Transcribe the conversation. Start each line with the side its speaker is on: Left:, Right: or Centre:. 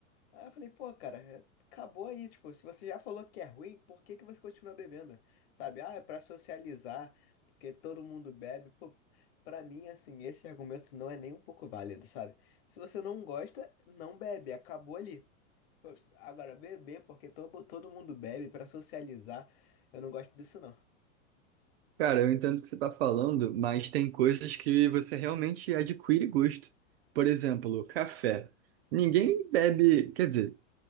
Left: Aí eu falei, pô, cara, é- acabou aí, tipo, se você já falou que é ruim, por que que você continua bebendo? Sabe, ah, é pra socializar, porque todo mundo bebe. Pô, pra mim, assim, esse argumento não é nem um pouco válido, sabe? Se você não gosta, não bebe, acabou ali. Pô, Agora, beber, porque todo, todo mundo bebe pra socializar, eu não gosto disso não.
Right: Cara, eu entendo o que você tá falando, mas tem coisas que você realmente adquire gosto. Por exemplo, café. Ninguém bebe, quer dizer,